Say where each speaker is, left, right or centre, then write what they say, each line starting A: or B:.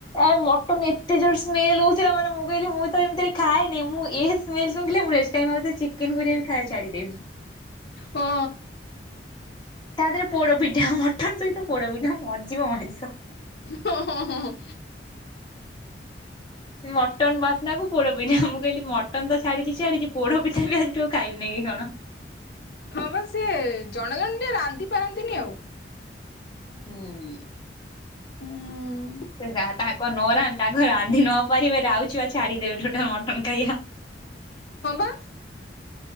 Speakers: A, on the left; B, on the left.
A: ଆଏ ମଟନ୍ ଏତେ ଜୋର୍ ରେ ସ୍ମେଲ୍ ହଉଥିଲା ମାନେ ମୁଁ କହିଲି ମୁଁ ତ ଏମିତିରେ ଖାଏନି ମୁଁ ଏ ସ୍ମେଲ୍ ଶୁଂଘିଲେ ମୁଁ ନେଷ୍ଟ୍ ଆଉ ସେ ଚିକେନ୍ କରିବା ବି ଖାଇଆ ଛାଡ଼ିଦେବି।
B: ହଁ
A: ତା ଦିହରେ ପୋଡପିଠା ମଟନ୍ ସହିତ ପୋଡପିଠା ମଜା ଯିବ ମଣିଶ
B: ହଁ
A: ମଟନ୍ ବାସ୍ନା କୁ ପୋଡ ପିଠା ମୁଁ କହିଲି ମ ଟନ ତ ଛାଡିଛି ଛାଡିଛି ପୋଡ ପିଠା ବି ଆଜି ଠୁ ଆଉ ଖାଇବି ନି କି କଣ?
B: ହଁ ବା ସିଏ ଜଣେ ଜଣ ଟିକେ ରାନ୍ଧି ପାରନ୍ତିନି ଆଉ।
A: ହୁଁ ହୁଁ।
B: ଉ ଉଁ
A: ସେ ଯାହା ତାଙ୍କ ନରା ତାଙ୍କ ରାନ୍ଧି ନ ପାରିବେ ରାଉଛି ବା ଛାଡିଦେବେ ଠୁଟ ମଟନ୍ ଖାଇବା।
B: ହଁ ବା।